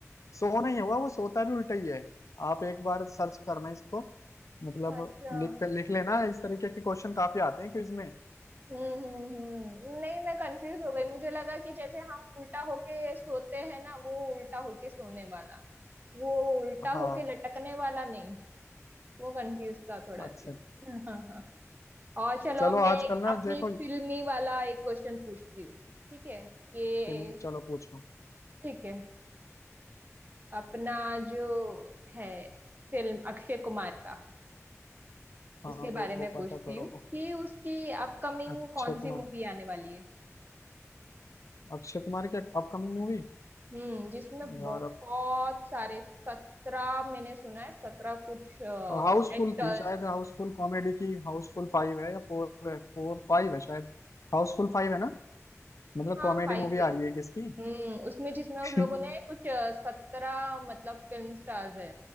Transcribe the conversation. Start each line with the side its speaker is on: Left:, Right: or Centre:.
Left: सो नहीं हुआ वो सोता भी उल्टा ही है आप एक बार सर्च करना इसको मतलब
Right: अच्छा
Left: लिख लिख लेना इस तरीके के क्वेश्चन काफी आते हैं क्विज में
Right: हम्म हम्म हम्म नहीं मैं कंफ्यूज हो गई मुझे लगा कि जैसे हम उल्टा होके सोते हैं ना वो उल्टा होके सोने वाला वो उल्टा
Left: हाँ
Right: होके लटकने वाला नहीं वो कंफ्यूज था थोड़ा
Left: अच्छा
Right: सी हाँ हाँ और चलो
Left: चलो
Right: अब मैं
Left: आजकल
Right: एक
Left: ना
Right: अपनी
Left: देखो
Right: एक फिल्मी वाला एक क्वेश्चन पूछती हूँ ठीक है कि
Left: फिल्म चलो पूछो
Right: ठीक है अपना जो है फिल्म अक्षय कुमार का
Left: हाँ
Right: उसके
Left: वो
Right: बारे में
Left: वो पता
Right: पूछती
Left: करो
Right: हूँ कि उसकी अपकमिंग
Left: अक्षय
Right: कौन सी
Left: कुमार
Right: मूवी आने वाली है
Left: अक्षय कुमार की अपकमिंग मूवी
Right: हम्म जिसमें
Left: यार
Right: बहुत
Left: अब
Right: सारे सत्रह मैंने सुना है सत्रह कुछ एक्टर्स
Left: हाउसफुल थी शायद हाउसफुल कॉमेडी की हाउसफुल फाइव है या फोर है फोर फाइव है शायद हाउसफुल फाइव है ना मतलब
Right: हाँ
Left: कॉमेडी
Right: फाइव
Left: मूवी आ रही है किसकी
Right: हम्म उसमें जिसमें
Left: <laughs>
Right: उन लोगों ने कुछ सत्रह मतलब फिल्म स्टार्स है